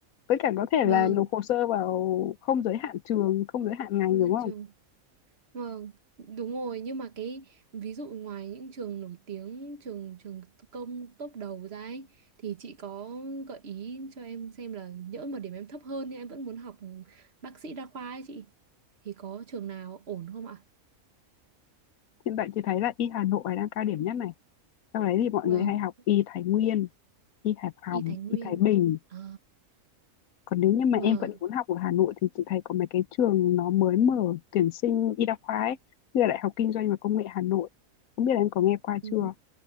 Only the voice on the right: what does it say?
vâng,
vâng,
hẹn
trường Vâng, đúng rồi, nhưng mà cái ví dụ ngoài những trường nổi tiếng, trường trường công top đầu ra ấy, thì chị có gợi ý cho em xem là nhỡ mà điểm em thấp hơn nhưng em vẫn muốn học bác sĩ đa khoa ấy chị thì có trường nào ổn không ạ?
Vâng,
Y Thái Nguyên.
À,
vâng.
Ừ.